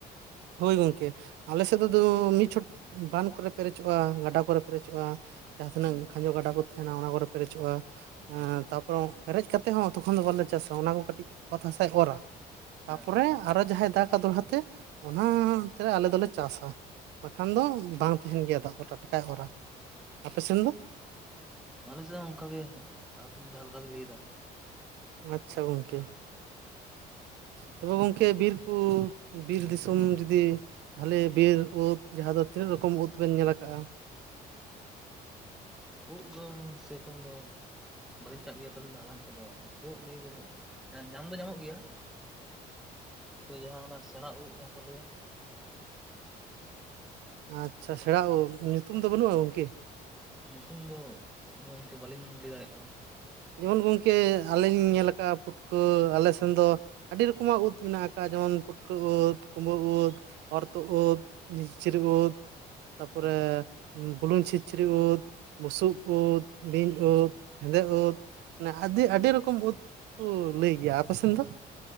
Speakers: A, on the right; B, in the centre.
A: ᱦᱳᱭ ᱜᱚᱝᱠᱮ᱾ ᱟᱞᱮ ᱥᱮᱜ ᱫᱚ ᱫᱚ ᱢᱤᱫ ᱪᱷᱚᱴ ᱵᱟᱸᱱ ᱠᱚᱨᱮ ᱯᱮᱨᱮᱡᱚᱜᱼᱟ, ᱜᱟᱰᱟ ᱠᱚᱨᱮ ᱯᱮᱨᱮᱡᱚᱜᱼᱟ, ᱡᱟᱦᱟᱸ ᱛᱤᱱᱟᱹᱜ
B: ᱦᱩᱸ
A: ᱠᱷᱟᱸᱡᱚ ᱜᱟᱰᱟ ᱠᱚ ᱛᱟᱦᱮᱱᱟ ᱚᱱᱟ ᱠᱚᱨᱮ ᱯᱮᱨᱮᱡᱚᱜᱼᱟ
B: ᱟᱪᱪᱷᱟ
A: ᱛᱟᱯ ᱵᱚᱨᱚᱝ ᱯᱮᱨᱮᱡ ᱠᱟᱛᱮᱜ ᱦᱚᱸ ᱛᱚᱠᱷᱚᱱ ᱫᱚ ᱵᱟᱞᱮ ᱪᱟᱥᱟ ᱚᱱᱟ ᱠᱚ ᱠᱟᱹᱴᱤᱡ ᱚᱛ ᱦᱟᱥᱟᱭ ᱚᱨᱟ ᱛᱟᱯᱚᱨᱮ
B: ᱦᱮᱸ ᱦᱮᱸ
A: ᱟᱨᱚ ᱡᱟᱦᱟᱸᱭ ᱫᱟᱜᱟ ᱫᱚᱲᱦᱟ ᱛᱮ ᱚᱱᱟᱛᱮ ᱟᱞᱮ ᱫᱚᱞᱮ ᱪᱟᱥᱟ ᱵᱟᱠᱷᱟᱱ ᱫᱚ ᱵᱟᱝ ᱛᱟᱦᱮᱱ ᱜᱮᱭᱟ ᱫᱟᱜ ᱫᱚ ᱴᱟᱴᱠᱟᱭ ᱚᱨᱟ᱾ ᱟᱯᱮ ᱥᱮᱱ ᱫᱚ?
B: ᱟᱞᱮᱥᱮᱜ ᱦᱚᱸ ᱚᱝᱠᱟᱜᱮ ᱟᱹᱵᱤᱱ ᱡᱟᱦᱟᱸ ᱞᱮᱠᱟ ᱵᱤᱱ ᱞᱮᱭᱫᱟ ᱾
A: ᱟᱪᱪᱷᱟ ᱜᱚᱝᱠᱮ ᱾
B: <unintelligible>
A: ᱛᱚᱵᱮ ᱜᱚᱝᱠᱮ ᱵᱤᱨ ᱠᱩ ᱵᱤᱨ ᱫᱤᱥᱚᱢ ᱡᱩᱫᱤ ᱵᱷᱟᱞᱮ ᱵᱤᱨ ᱩᱫ ᱡᱟᱦᱟᱸ ᱫᱚ ᱛᱤᱱᱟᱹᱜ ᱨᱚᱠᱚᱢ ᱩᱫ ᱵᱮᱱ ᱧᱮᱞ ᱟᱠᱟᱜᱼᱟ?
B: ᱩᱸᱜ ᱩᱫ ᱫᱚ ᱥᱮᱨᱚᱠᱚᱢ ᱫᱚ ᱵᱟᱞᱤᱧ ᱪᱟᱜ ᱜᱮᱭᱟ ᱛᱚ ᱟᱞᱤᱧ ᱫᱚ ᱦᱟᱞᱟᱝ ᱠᱚᱫᱚ ᱳᱜ ᱱᱤᱭᱟᱹ ᱫᱚ ᱩᱱᱟᱹᱜ ᱧᱟᱢ ᱫᱚ ᱧᱟᱢᱚᱜ ᱜᱮᱭᱟ ᱾ ᱛᱚ ᱡᱟᱦᱟᱸ ᱚᱱᱟ ᱥᱮᱬᱟ ᱩᱜ ᱡᱟᱦᱟᱸ ᱠᱚ ᱞᱟᱹᱭᱟ
A: ᱟᱪᱪᱷᱟ ᱥᱮᱬᱟ ᱩᱜ ᱧᱩᱛᱩᱢ ᱫᱚ ᱵᱟᱹᱱᱩᱜᱼᱟ ᱜᱚᱝᱠᱮ?
B: ᱧᱩᱛᱩᱢ ᱫᱚ ᱜᱚᱝᱠᱮ ᱵᱟᱹᱞᱤᱧ ᱞᱮᱭ ᱫᱟᱲᱮᱜ ᱠᱟᱱᱟ ᱾
A: ᱡᱮᱢᱚᱱ ᱜᱚᱝᱠᱮ ᱟᱞᱤᱧ ᱧᱮᱞ ᱟᱠᱟᱜᱼᱟ ᱯᱩᱴᱠᱟᱹ ᱟᱞᱮ ᱥᱮᱱ ᱫᱚ ᱟᱹᱰᱤ ᱨᱚᱠᱚᱢᱟᱜ ᱩᱫ ᱢᱮᱱᱟᱜ ᱟᱠᱟᱜᱼᱟ ᱡᱮᱢᱚᱱ ᱯᱩᱴᱠᱟᱹ ᱳᱫ ᱠᱩᱢᱵᱟᱹ ᱳᱫ ᱚᱨᱛᱳᱜ ᱳᱫ ᱱᱤᱥᱪᱤᱨᱤ ᱳᱫ ᱾ ᱛᱟᱯᱚᱨᱮ
B: ᱟᱪᱪᱷᱟ
A: ᱵᱩᱞᱩᱝ ᱪᱷᱤᱪᱪᱷᱤᱨᱤ ᱳᱫᱽ ᱵᱩᱥᱩᱵ ᱳᱫᱽ ᱵᱤᱧ ᱳᱫᱽ ᱾ ᱦᱮᱸᱫᱮ ᱳᱫᱽ ᱢᱟᱱᱮ ᱟᱹᱫᱤ ᱟᱹᱰᱤ ᱨᱚᱠᱚᱢ ᱳᱫᱽ ᱠᱚ ᱞᱟᱹᱭ ᱜᱮᱭᱟ ᱟᱯᱮ ᱥᱮᱱ ᱫᱚ?